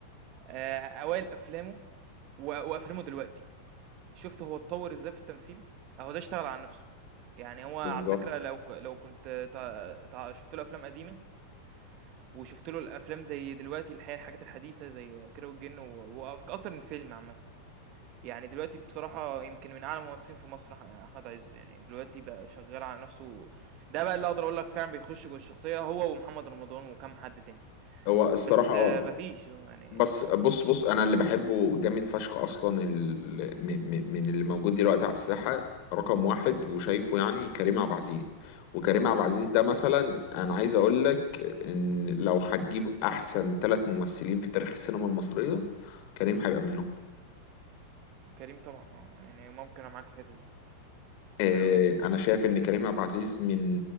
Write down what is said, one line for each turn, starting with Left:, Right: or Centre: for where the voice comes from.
Right: آآ أوائل أفلامه و وأفلامه دلوقتي، شُفت هو اتطوّر إزاي في التمثيل؟ أهو ده اشتغل على نَفْسه، يعني هو على
Left: بالظبط
Right: فكرة لو ك لو كنت ت ت شُفت له أفلام قديمة وشُفت له الأفلام زي دلوقتي الح الحاجات الحديثة زي كيرة والجن و وأك أكتر من فيلم عامةً. يعني دلوقتي بصراحة يمكن من أعلى الممثلين في مصر أح- أحمد عز يعني دلوقتي بقى شغال على نفسه ده بقى اللي أقدر أقول لك فعلا بيخش جوه الشخصية هو ومحمد رمضان وكم حد تاني
Left: هو الصراحة
Right: بس
Left: اه
Right: آه، مفيش آه، يعني
Left: بس بص بص انا اللي بحبه جامد فشخ اصلا ال... م... م... من اللي موجود دلوقتي على الساحه رقم واحد وشايفه يعني كريم عبد العزيز وكريم عبد العزيز ده مثلا انا عايز اقول لك ان لو هتجيب احسن ثلاث ممثلين في تاريخ السينما المصريه كريم هيبقى منهم
Right: كريم طبعا اه يعني ممكن أنا معاك في الحتة دي حلو
Left: آه
Right: جدا اه
Left: انا شايف ان كريم عبد العزيز من